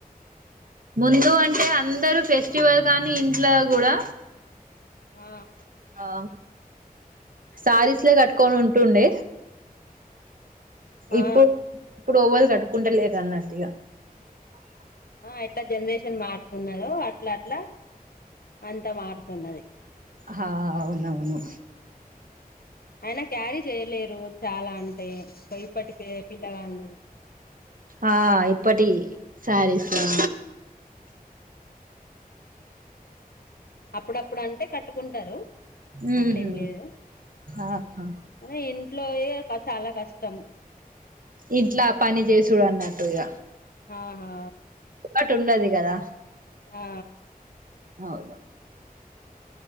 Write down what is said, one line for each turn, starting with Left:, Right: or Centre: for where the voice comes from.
Right: ముందు అంటే అందరు ఫెస్టివల్ కానీ ఇంట్లో కూడా
Left: ఆ
Right: ఆ శారీస్లే కట్టుకొని ఉంటుండే
Left: ఆ
Right: ఇప్పుడు ఇప్పుడు ఓవలు కట్టుకుంటలేద అన్నట్టు ఇగ
Left: ఎట్లా జనరేషన్ మారుతున్నదో అట్లా అట్లా అంతా మారుతున్నది
Right: హ అవునువును
Left: అయినా క్యారీ చేయలేరు చాలా అంటే బయప్పటి పిల్లగాన్లు
Right: ఆ ఇప్పటి శారీస్ ఆ
Left: అప్పుడప్పుడు అంటే కట్టుకుంటారు
Right: ఉహు
Left: అట్లా ఏం లేదు
Right: ఆహా
Left: అరే ఇంట్లో ఇట్లోయే క చాలా కష్టం
Right: ఇంట్లా పని చేసుడు అన్నట్టు ఇగ
Left: ఆహా
Right: బట్ ఉండది కదా
Left: ఆ ఆ
Right: అవును